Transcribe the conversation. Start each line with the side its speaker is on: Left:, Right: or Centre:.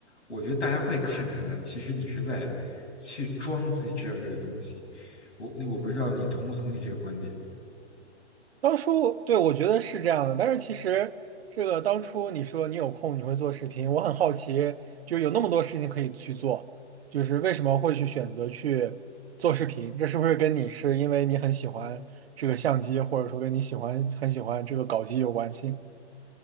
Left: 我觉得大家会看出来，其实你是在去装自己知道这个东西。我那我不知道你同不同意这个观点。
Right: 当初对我觉得是这样的，但是其实这个当初你说你有空你会做视频，我很好奇，就有那么多事情可以去做，就是为什么会去选择去做视频？这是不是跟你是因为你很喜欢这个相机，或者说跟你喜欢很喜欢这个搞机有关系？